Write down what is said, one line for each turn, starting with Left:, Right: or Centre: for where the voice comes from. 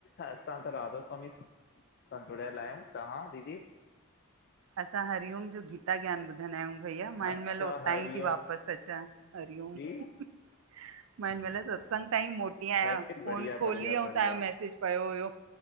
Left: असां त राधा स्वामी सां जुड़्यल आहयूं तहां दीदी
Right: असां हरिओम जो गी गीतां ज्ञान ॿुधंदा आहयूं भईया मां
Left: अच्छा
Right: हिंन महिल उतां
Left: हरिओम
Right: ई ती वापस अचां हरिओम
Left: जी
Right: मां हिन महिल सत्संग ताईं मोटी आहयां
Left: अरे
Right: फोन
Left: बढ़िया बढ़िया
Right: खोली
Left: बढ़िया
Right: ऐं तहांजो मैसिज पयो हुयो